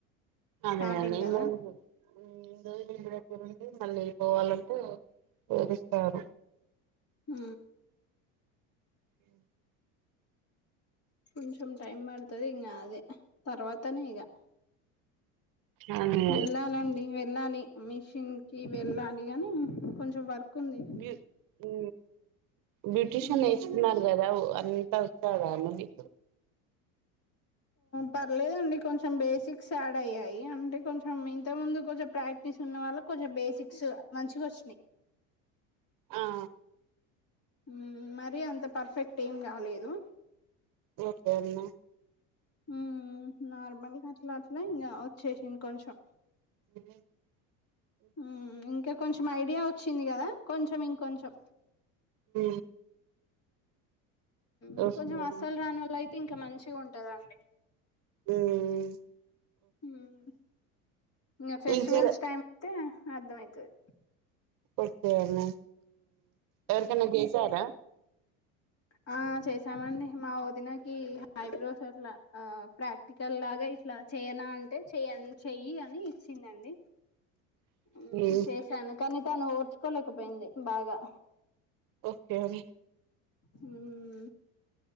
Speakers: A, on the right; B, on the left.
A: అదే
B: స్టార్టింగ్
A: ఎండింగ్
B: కదా
A: ఉ ఇండ్రోజులు ఇంటి దగ్గరుండి మళ్ళీ పోవాలంటే ఎడుస్తారు
B: ఉ
A: ఉ
B: కొంచెం టైం పడుతది ఇంగ అదే తర్వాత్ అత్తనేగా
A: అదే అండి
B: వెళ్ళాలండి వెళ్ళాలి మిషిన్ కి వెళ్ళాలి అని కొంచెం వర్క్ ఉంది
A: బ్యూ హూ బ్యూటిషియన్
B: మ్మ్
A: నేర్చుకున్నారు కదా ఓ అంతా కదా అండి
B: పర్లేదండి కొంచెం బేసిక్స్ యాడ్ అయ్యాయి అంటే కొంచెం ఇంత ముందు కొంచం ప్రాక్టీస్ ఉన్న వాళ్ళు కొంచెం బేసిక్స్ మంచిగా వచ్చినాయి
A: ఆ
B: ఉమ్ మరి అంత పర్ఫెక్ట్ ఏం కాలేదు
A: వొద్దన్నా
B: ఉ నార్మల్గా అట్లా అట్లా ఇంగ వచ్చేసింది కొంచెం
A: అ
B: ఉ ఇంకా కొంచెం ఐడియా వచ్చింది కదా కొంచం ఇంకొంచెం
A: ఉ ఓకే
B: ఉ కొంచెం
A: అండి
B: అసలు రాని వాళ్ళ అయితే ఇంకా మంచిగా ఉంటదండి
A: ఉ ఉ
B: మ్మ్ ఇగ ఫెస్టివల్స్
A: ఈజీగా
B: టైమ్ అయితే అర్థం అయితది.
A: ఓకే అండి ఎవరికన్నా బిఫ్యాడ.
B: ఆ చేసామండి మా వదినకి హైబ్రోస్ అట్లా ఆ ప్రాక్. టికల్ లాగా ఇట్లా చేయనా అంటే చెయ్న్ చెయ్యి అని ఇచ్చిందండి. ఉ
A: మ్మ్
B: చేశాను కానీ తాను ఓర్చుకోలేకపోయింది బాగా.
A: ఓకే అని.
B: ఉ.